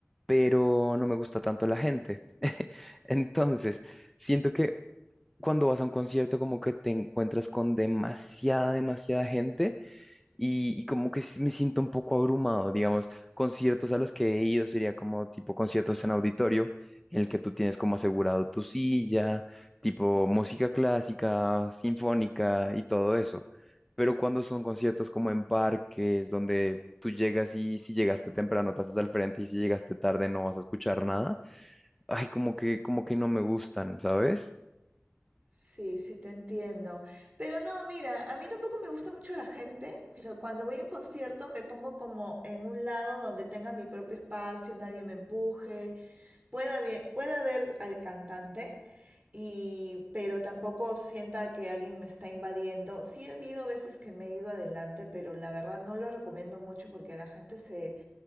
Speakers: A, in the centre; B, on the right.
A: pero no me gusta tanto la gente. <laughs> Entonces, siento que cuando vas a un concierto como que te encuentras con demasiada, demasiada gente y, y como que s- me siento un poco abrumado, digamos, conciertos a los que he ido sería como tipo conciertos en auditorio, en el que tú tienes como asegurado tu silla, tipo música clásica, sinfónica y todo eso. Pero cuando son conciertos como en parques, donde tú llegas y si llegaste temprano te haces al frente y si llegaste tarde no vas a escuchar nada, ay, como que, como que no me gustan, ¿sabes?
B: Sí, sí, te entiendo. Pero no, mira, a mí tampoco me gusta mucho la gente. O sea, cuando voy a un concierto me pongo como en un lado donde tenga mi propio espacio, nadie me empuje, pueda ver, pueda ver al cantante, y, pero tampoco sienta que alguien me está invadiendo. Sí, he habido veces que me he ido adelante, pero la verdad no lo recomiendo mucho porque la gente se,